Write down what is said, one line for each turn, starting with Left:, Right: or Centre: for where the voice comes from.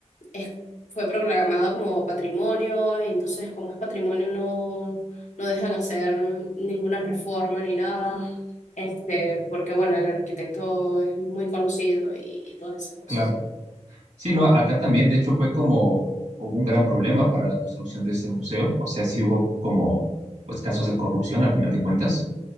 Left: es- fue proclamada como patrimonio, y entonces como es patrimonio no, no dejan hacer ninguna reforma ni nada, este, porque bueno, el arquitecto es muy conocido y, todas esas cosas.
Right: claro. Sí, no, acá también, de hecho, fue como, hubo un gran problema para la construcción de ese museo, o sea, sí hubo como, pues, casos de corrupción al final de cuentas,